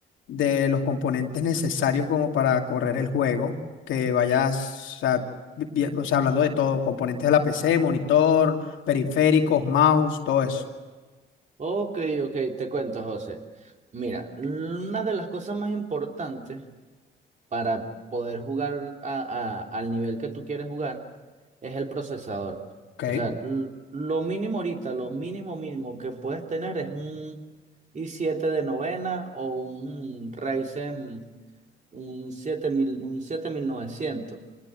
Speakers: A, on the left; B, on the right.
A: de los componentes necesarios como para correr el juego, que vayas, o sea, vi- vi- o sea, hablando de todo, componentes de la PC, monitor, periféricos, mouse, todo eso.
B: Ok, ok, te cuento José. Mira, una de las cosas más importantes para poder jugar a- a- al nivel que tú quieres jugar es el procesador.
A: Ok.
B: O sea, l- lo mínimo ahorita, lo mínimo mínimo que puedes tener es un i siete de novena o un Ryzen, un 7000 un 7900.